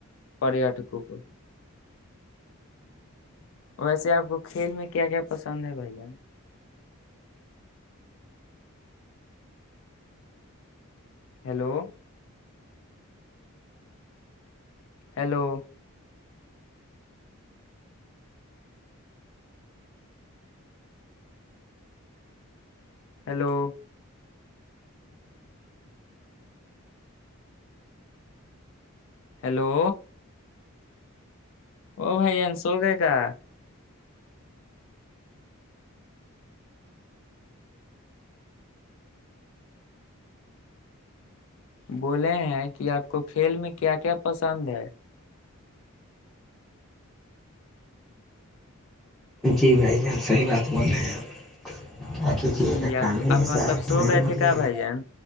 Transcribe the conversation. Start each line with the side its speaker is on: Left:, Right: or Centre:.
Left: پریٹکوں کو <unintelligible> ویسے آپ کو کھیل میں کیا کیا پسند ہے بھائی جان <unintelligible> ہیلو <unintelligible> ہیلو ہیلو ہلو او بھائی جین شوق ہے کا بولے ہیں کہ آپ کو کھیل میں کیا کیا پسند ہے
Centre: جی بھائی جان صحیح بات بول رہے ہیں آپ <unintelligible> کیا کیجیے
Left: جی
Centre: گا
Left: آپ
Centre: کام ہی
Left: آپ
Centre: ایسا
Left: مطلب
Centre: ہے
Left: سو
Centre: کہ نہیں
Left: گئے تھے کیا بھائی جان